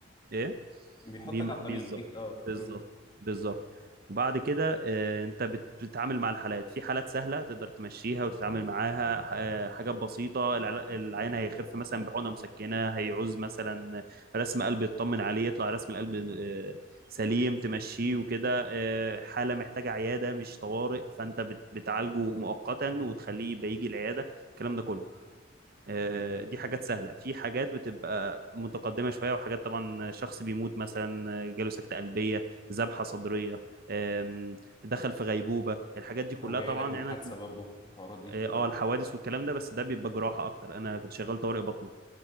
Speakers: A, on the right (about 50°); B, on the left (about 25°).
A: ايه
B: بيحطك
A: بيمح-
B: على الطريق
A: بالظبط
B: يديك اه
A: بالظبط
B: مم.
A: بالظبط وبعد كده آه، انت بت- بتتعامل مع الحالات في حالات سهلة تقدر تمشيها وتتعامل معاها ح- آه، حاجات بسيطة العل- العيان هيخف مثلا بحقنة مسكنة هيعوز مثلا رسم قلب يطمن عليه يطلع رسم القلب آه، سليم تمشيه وكده آه، حالة محتاجة عيادة مش طوارئ فانت بت- بتعالجه مؤقتا وتخليه يبقى يجي العيادة الكلام ده كله آه،
B: مم.
A: دي حاجات سهلة في حاجات بتبقى متقدمة شوية وحاجات طبعا شخص بيموت مثلا آه، جاله سكتة قلبية ذبحة صدرية آم، دخل في غيبوبة الحاجات دي كلها
B: او جاي
A: طبعا
B: لك من
A: يعني
B: حادثة
A: أنا-
B: برضو الحوارات دي
A: اه آه،
B: اه
A: الحوادث والكلام ده بس ده بيبقى جراحة اكتر انا كنت شغال طوارئ باطنة